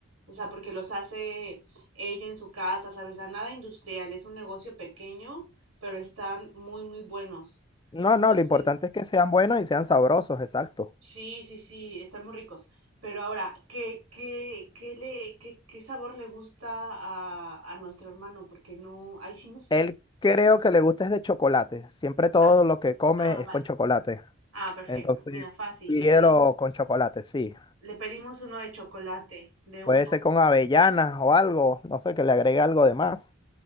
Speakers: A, on the right (about 85°); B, on the left (about 20°).
A: O sea, porque los hace ella en su casa, ¿sabes? Ya nada industrial, es un negocio pequeño, pero están muy, muy buenos.
B: No,
A: Entonces,
B: no, lo importante es que sean buenos y sean sabrosos, exacto.
A: Sí, sí, sí, están muy ricos. Pero ahora, ¿qué, qué, qué le, qué, qué sabor le gusta a, a nuestro hermano? Porque no, ahí sí no sé.
B: Él creo que le gusta es de chocolate. Siempre todo
A: Ah,
B: lo que come
A: ah, vale.
B: es con chocolate.
A: Ah, perfecto.
B: Entonces,
A: Mira, fácil.
B: pídelo
A: Le pedimos,
B: con chocolate, sí.
A: le pedimos uno de chocolate, de una.
B: Puede ser con avellanas o algo, no sé, que le agregue algo de más.